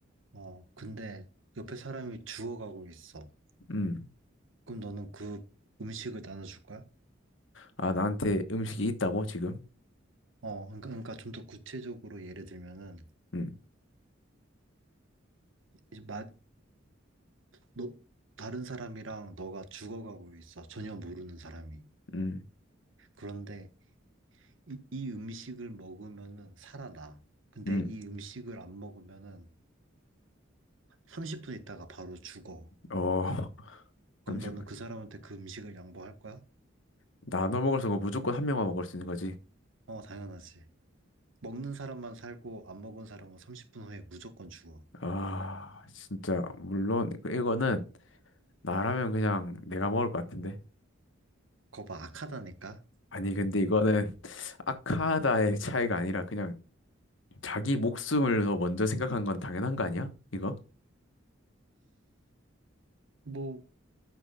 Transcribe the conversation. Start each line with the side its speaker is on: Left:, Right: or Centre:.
Right: 어, 근데 옆에 사람이 죽어가고 있어.
Left: 음,
Right: 그럼 너는 그 음식을 나눠줄 거야?
Left: 아 나한테 음식이 있다고 지금?
Right: 어, 그러니까, 그러니까 좀 더 구체적으로 예를 들면은,
Left: 음,
Right: 이제 마, 너, 다른 사람이랑 너가 죽어가고 있어. 전혀 모르는 사람이.
Left: 음,
Right: 그런데 이, 이 음식을 먹으면은 살아나. 근데
Left: 음,
Right: 이 음식을 안 먹으면은 30분 있다가 바로 죽어.
Left: 어, <laughs>
Right: 그럼
Left: 잠시만.
Right: 너는 그 사람한테 그 음식을 양보할 거야?
Left: 나눠 먹을 수 없고 무조건 한 명만 먹을 수 있는 거지.
Right: 어, 당연하지. 먹는 사람만 살고 안 먹은 사람은 30분 후에 무조건 죽어.
Left: 아, 진짜 물론 이거는 나라면 그냥 내가 먹을 것 같은데.
Right: 그거 봐, 악하다니까?
Left: 아니, 근데 이거는 <laughs> 아카다의 차이가 아니라 그냥 자기 목숨을 더 먼저 생각한 건 당연한 거 아니야? 이거?
Right: 뭐,